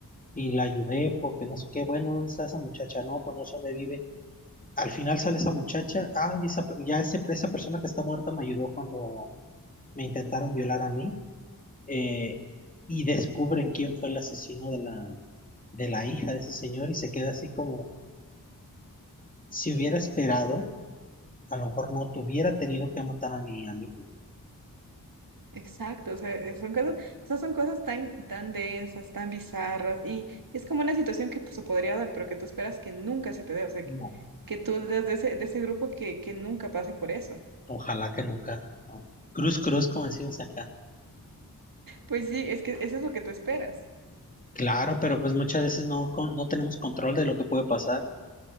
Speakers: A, on the left; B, on the right.
A: y la ayudé porque no sé qué, bueno, ¿dónde está esa muchacha? No, pues no sé dónde vive. Al final sale esa muchacha, ay, esa, ya ese, esa persona que está muerta me ayudó cuando me intentaron violar a mí, eh, y descubren quién fue el asesino de la, de la hija de ese señor y se queda así como, si hubiera esperado, a lo mejor no tuviera tenido que matar a mi amigo.
B: Exacto, o sea, eh, son cosas, esas son cosas tan, tan densas, tan bizarras, y es como una situación que pues, se podría dar, pero que tú esperas que nunca se te dé, o sea, que,
A: No,
B: que tú eres de ese, de ese grupo que, que nunca pasa por eso.
A: ojalá que nunca. no. Cruz, cruz, como decimos acá.
B: Pues sí, es que eso es lo que tú esperas.
A: Claro, pero pues muchas veces no, con- no tenemos control de lo que puede pasar.